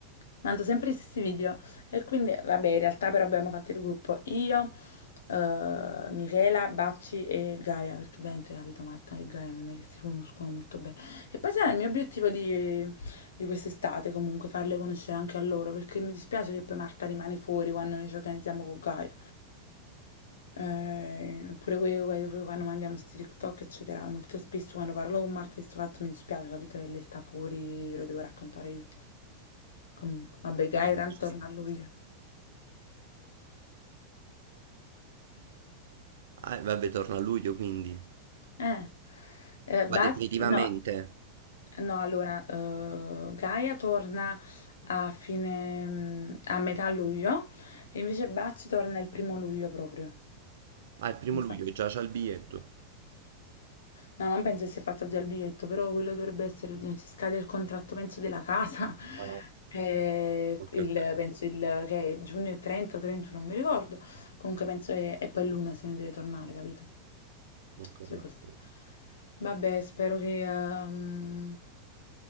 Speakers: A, on the left (about 65°); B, on the right (about 60°).
A: Mando sempre gli stessi video. E quindi, vabbè, in realtà però abbiamo fatto il gruppo io, eh, Michela, Bacci e Gaia, perché ovviamente, capito, Marta e Gaia non è che si conoscono molto bene. Che poi sarà il mio obiettivo di di quest'estate comunque farle conoscere anche a loro perché mi dispiace che poi Marta rimane fuori quando noi ci organizziamo con Gaia Eh, oppure que- que- que- quando mandiamo questi TikTok eccetera molto spesso quando parlo con Marta di questo fatto mi dispiace capito che lei sta fuori lo devo raccontare io Com- vabbè Gaia
B: Vabbè,
A: tanto
B: ci sta.
A: torna a lui
B: Ah, e vabbè, torna a luglio quindi.
A: eh, eh
B: Ma
A: Baz
B: definitivamente.
A: no No, allora, eh, Gaia torna a fine, mm, a metà luglio, e invece Bacci torna il primo luglio proprio.
B: Ah, il primo
A: Infa-
B: luglio già c'ha il biglietto.
A: No, non penso che sia fatto già il biglietto, però quello dovrebbe essere, se scade il contratto, penso, della casa, <laughs>
B: Ah,
A: eh,
B: ok,
A: il-
B: ok.
A: penso il- che è giugno e 30 o 31, non mi ricordo. Comunque penso che, e poi l'uno se ne deve tornare, capito?
B: Non capito.
A: Cioè così. Vabbè, spero che, ehm,